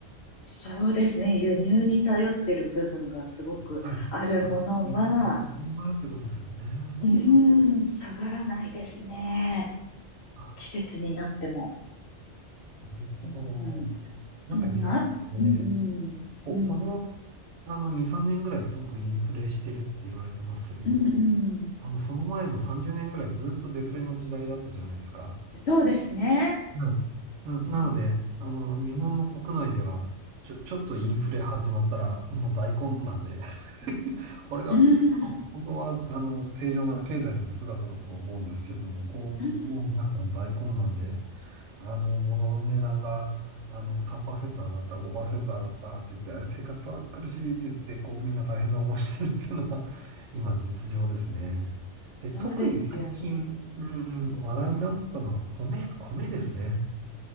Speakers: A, on the left; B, on the right.
A: そうですね。輸入に頼ってる部分がすごくあるものは、
B: はい。あ、いいなってことですよね。
A: うーん、
B: あ、
A: 下がらないですね。
B: あ
A: 季節になっても。
B: なるほど。
A: うん、
B: なんか日本って、
A: うん、うんあ、うん、うん、
B: こ、
A: うん、
B: この、あの、2、3年ぐらいすごくインフレしてるって言われてますけども、
A: うん、うん。
B: あの、その前の30年ぐらいずっとデフレの時代だったじゃないですか。
A: そうですね。
B: うん。な、
A: うん、
B: なので、あの、日本の国内では、ちょ、ちょっとインフレ始まったら、もう大混乱で <laughs> これが、
A: うん、
B: あの本当は、
A: うん、
B: あの、正常な経済の姿だと思うんですけれども、こう、もう皆さん大混乱で、
A: うん、
B: あ、もう物の値段が、あの、3%上がった、
A: うん、
B: 5%上がったって言って、生活苦しいって言って、こうみんな大変な思いしてるっていうのは、
A: うん。
B: <laughs> 今実情ですね。
A: そうですよね。
B: で、特に最近、うん、話題になったのが米、
A: うん、
B: 米ですね。